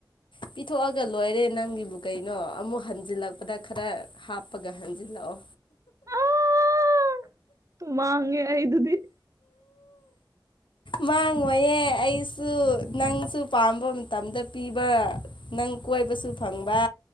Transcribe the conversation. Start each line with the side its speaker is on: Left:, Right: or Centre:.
Left: ꯄꯤꯊꯣꯛꯑꯒ ꯂꯣꯏꯔꯦ ꯅꯪꯒꯤꯕꯨ ꯀꯩꯅꯣ ꯑꯃꯨꯛ ꯍꯟꯖꯤꯜꯂꯛꯄꯗ ꯈꯔ ꯍꯥꯞꯄꯒ ꯍꯟꯖꯤꯜꯂꯛꯑꯣ
Right: ꯑꯥ ꯃꯥꯡꯉꯦ ꯑꯩ ꯑꯗꯨꯗꯤ
Left: ꯃꯥꯡꯉꯣꯏꯌꯦ ꯑꯩꯁꯨ ꯅꯪꯁꯨ ꯄꯥꯝꯕ ꯃꯇꯝꯗ ꯄꯤꯕ ꯅꯪ ꯀꯣꯏꯕꯁꯨ ꯐꯪꯕ